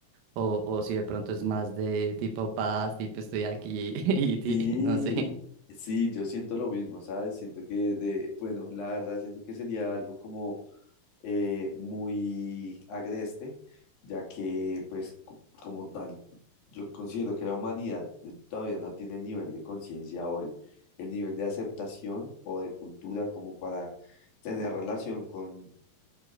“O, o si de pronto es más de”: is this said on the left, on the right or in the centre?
Right